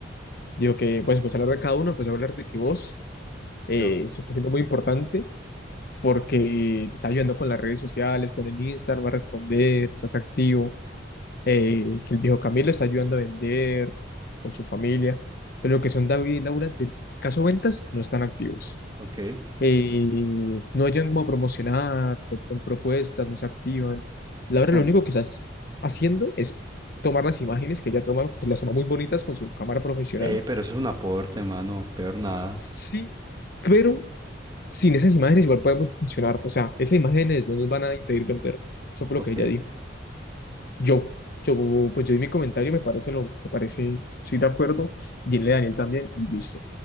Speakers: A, on the left (about 55°); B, on the right (about 20°).
A: digo que, pues, pues hablar de cada uno, pues hablar de que vos eh,
B: yo.
A: se está haciendo muy importante porque te está ayudando con las redes sociales, con el Instagram, va a responder, estás activo, eh, que el viejo Camilo está ayudando a vender con su familia, pero lo que son David y Laura de caso ventas no están activos.
B: Ok.
A: Eh, no hayan como a promocionar, no ponen propuestas, no se activan.
B: O
A: Laura
B: sea,
A: lo único que estás haciendo es tomar las imágenes que ella toma, pues las toma muy bonitas con su cámara profesional.
B: eh, pero eso es un aporte, mano. Peor nada.
A: Sí, pero sin esas imágenes igual podemos funcionar. O sea, esas imágenes no nos van a impedir vender. Eso fue
B: Ok.
A: lo que ella dijo. Yo, yo, pues yo di mi comentario, me parece lo, me parece, estoy de acuerdo. Dile a Daniel también y listo.